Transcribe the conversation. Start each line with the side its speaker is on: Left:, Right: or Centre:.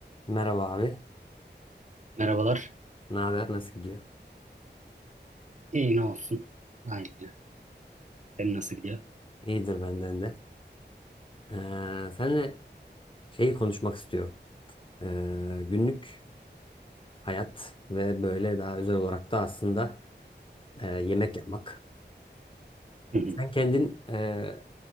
Left: Merhaba abi.
Right: Merhabalar.
Left: Ne haber? Nasıl gidiyor?
Right: İyi ne olsun. Aynen. Senin nasıl gidiyor?
Left: İyidir benden de. Ee, seninle şeyi konuşmak istiyorum. Ee, günlük hayat ve böyle daha özel olarak da aslında e, yemek yapmak.
Right: Hı hı.
Left: Sen kendin e,